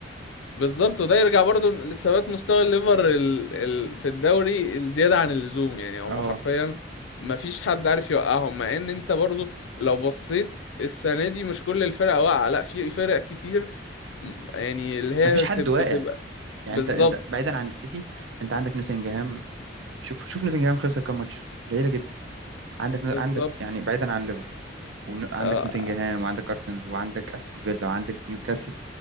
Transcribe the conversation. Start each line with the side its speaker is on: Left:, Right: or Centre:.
Left: بالظبط وده يرجع برضو لثبات مستوى الليفر ال... ال... في الدوري الزيادة عن اللزوم يعني هو
Right: اه
Left: حرفيا ما فيش حد عارف يوقعهم مع ان انت برضو لو بصيت السنة دي مش كل الفرق واقعة لا في فرق كتير م- يعني اللي هي
Right: ما فيش حد
Left: بتب-
Right: واقع
Left: بتبقى بالظبط
Right: يعني انت انت بعيدا عن السيتي انت عندك نوتنجهام شوف شوف نوتنجهام خسر كام ماتش قليله جدا عندك
Left: بالظبط
Right: نو- عندك يعني بعيدا عن ليفر وعندك
Left: آه،
Right: نوتنجهام وعندك ارسنال وعندك استون فيلا وعندك نيوكاسل